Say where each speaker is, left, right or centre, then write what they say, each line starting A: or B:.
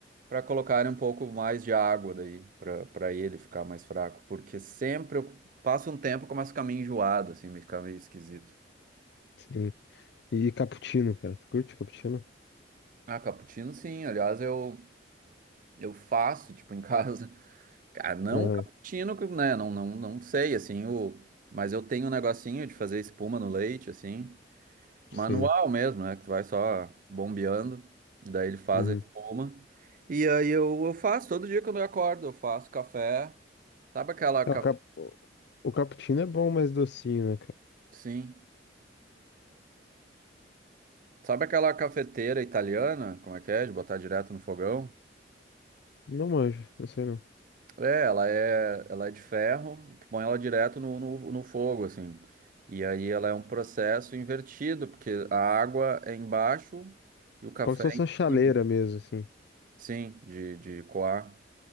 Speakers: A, on the right; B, on the left.
A: para colocarem um pouco mais de água daí, para para ele ficar mais fraco. Porque sempre eu passo um tempo e começo a ficar meio enjoado, assim, me fica meio esquisito.
B: sim. E cappuccino, cara. Tu curte cappuccino?
A: Ah, cappuccino sim. Aliás, eu, eu faço, tipo, em <laughs> casa. Cara, não
B: Aham,
A: o cappuccino, né? Não, não, não sei, assim, o... mas eu tenho um negocinho de fazer espuma no leite, assim,
B: sim.
A: manual mesmo, né? Que tu vai só bombeando, e daí ele faz
B: Uhum.
A: a espuma. E aí eu, eu faço, todo dia quando eu acordo, eu faço café. Sabe aquela cafe...
B: É, o, cap... o cappuccino é bom, mas docinho, né, cara?
A: Sim. Sabe aquela cafeteira italiana? Como é que é? De botar direto no fogão?
B: Não manjo, não sei não.
A: É, ela é, ela é de ferro, tu põe ela direto no, no, no fogo, assim. E aí ela é um processo invertido, porque a água é embaixo e o café
B: Como se fosse
A: é em
B: uma chaleira
A: cima.
B: mesmo, assim.
A: Sim, de, de coar.